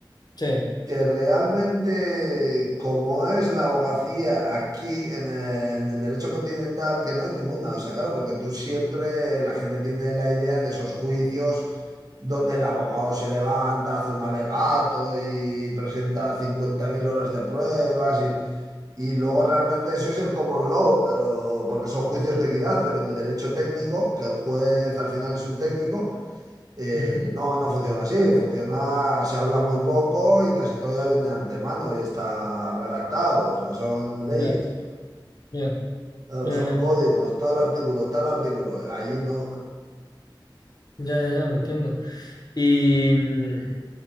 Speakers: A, on the left; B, on the right.
A: Sí.
B: que realmente como es la abogacía aquí en el, en el derecho continental, que no hay ninguna, o sea, claro, porque tú siempre la gente tiene la idea de esos juicios donde el abogado se levanta, hace un alegato y presenta 50.000 horas de pruebas y y luego realmente eso es el common law, pero porque son juicios de equidad, pero en el derecho técnico, que el juez al final es un técnico, eh,
A: Ujú.
B: no, no funciona así. Funciona, se habla muy poco y casi todo ya viene de antemano y está redactado. O sea, son leyes.
A: Ya, ya,
B: Claro,
A: ya,
B: son
A: ya,
B: códigos, tal artículo, tal artículo. Allí no.
A: ya, ya, ya, entiendo. Y, mm,